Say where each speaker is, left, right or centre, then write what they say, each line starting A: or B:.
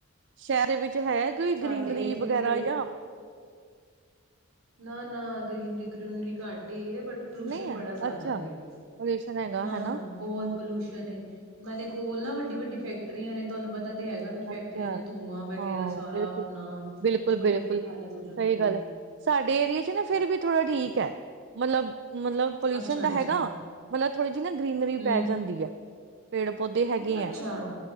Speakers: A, on the right (about 55°); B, on the right (about 80°).
A: ਸ਼ਹਿਰ ਦੇ ਵਿੱਚ ਹੈ ਕੋਈ
B: ਸਾਡੇ
A: ਗਰੀਨਰੀ
B: ਇੱਥੇ
A: ਵਗੈਰਾ
B: ਵੀ
A: ਜਾਂ
B: ਨਾ-ਨਾ ਗ੍ਰੀਨਰੀ ਗਰੁਨਰੀ ਘੱਟ ਬਟ ਪੋਲੂਸ਼ਨ
A: ਨਹੀਂ ਹੈ
B: ਬੜਾ ਜ਼ਾਦਾ
A: ਅੱਛਾ
B: ਹੈ ਜੇ
A: ਪੋਲਿਊਸ਼ਨ ਹੈਗਾ
B: ਨਾ-ਨਾ
A: ਹਨਾ
B: ਬਹੁਤ
A: ਹਮ
B: ਪੋਲੂਸ਼ਨ ਏ ਨਾਲੇ ਕੋਲ ਨਾ ਵੱਡੀ-ਵੱਡੀ ਫੈਕਟਰੀਆਂ ਨੇ ਤੁਆਨੂੰ ਪਤ ਤਾਦੇ ਹੈਗਾ ਫਿਰ ਫੈਕਟਰੀਆਂ
A: ਅੱਛਾ
B: ਤੋਂ ਧੂੰਆਂ ਵਗੈਰਾ
A: ਹਾਂ
B: ਸਾਰਾ
A: ਬਿਲਕੁਲ,
B: ਹੋਨਾ
A: ਬਿਲਕੁਲ,
B: ਔ ਬੜੀ
A: ਬਿਲਕੁਲ
B: ਬੁਰੀ ਹਾਲਤ ਹੋ ਜਾਂਦੀ
A: ਸਹੀ ਗੱਲ
B: ਐ
A: ਹੈ। ਸਾਡੇ ਏਰੀਏ ਚ ਨਾ ਫਿਰ ਵੀ ਥੋੜਾ ਠੀਕ ਐ ਮਤਲਬ ਮਤਲਬ ਪੋਲਿਊਸ਼ਨ
B: ਅੱਛਾ-ਅੱਛਾ
A: ਤਾਂ ਹੈਗਾ ਮਤਲਬ ਥੋੜ ਜੀ ਨਾ ਗਰੀਨਰੀ
B: ਹੂੰ
A: ਪੈ ਜਾਂਦੀ ਐ ਪੇੜ-ਪੌਦੇ ਹੈਗੇ
B: ਅੱਛਾ
A: ਐਂ